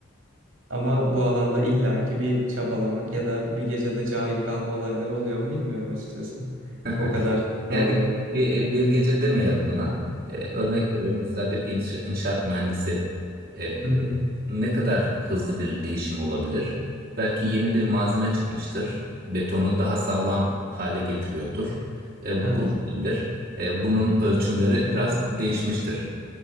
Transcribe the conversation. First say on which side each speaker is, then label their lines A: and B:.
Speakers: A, on the right; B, on the right.
A: ama bu alanda illaki bir çabalamak ya da bir gecede cahil kalma olayları oluyor mu bilmiyorum açıkçası.
B: <laughs>
A: O kadar
B: Yani
A: da oluyor mu?
B: bir, e, bir gece demeyelim buna. Ee, örnek veriyorum. Mesela bir inşa- inşaat mühendisi ee,
A: Hı hı.
B: ne kadar hızlı bir değişim olabilir? Belki yeni bir malzeme çıkmıştır. Betonu daha sağlam hale getiriyordur. Ee, bu
A: Evet.
B: kullanılabilir. Ee, bunun ölçümleri biraz değişmiştir.